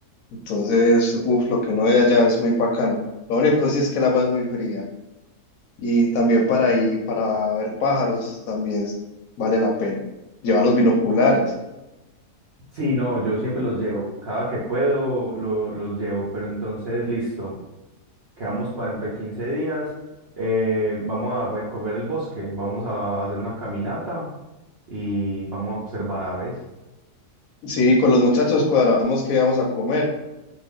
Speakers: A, on the left; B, on the right.
A: entonces, uff, lo que uno ve allá es muy bacano. Lo único sí es que el agua es muy fría. Y también para ir, para ver pájaros también vale la pena. Llevar los binoculares.
B: Sí, no, yo siempre los llevo. Cada que puedo lo- los llevo. Pero entonces, listo. Quedamos para dentro de 15 días. eh, vamos a recorrer el bosque. Vamos a hacer una caminata y vamos a observar aves.
A: Sí, con los muchachos cuadramos qué vamos a comer